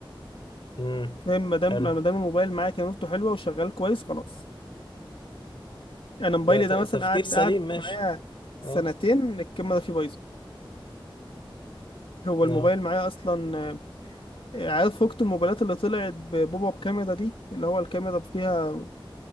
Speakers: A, on the left; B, on the left.
A: امم
B: فاهم ما دام
A: حلو
B: ما دام الموبايل معايا كاميرته حلوة وشغال كويس خلاص انا موبايلي
A: ده ت-
B: ده
A: تفكير
B: مثلا قعد
A: سليم
B: قعد
A: ماشي
B: معايا
A: اه
B: سنتين الكاميرا ده فيه بايظه هو الموبايل
A: اه
B: معايا اصلا آه، عارف فكت الموبايلات اللي طلعت ببوب اب كاميرا دي اللي هو الكاميرا فيها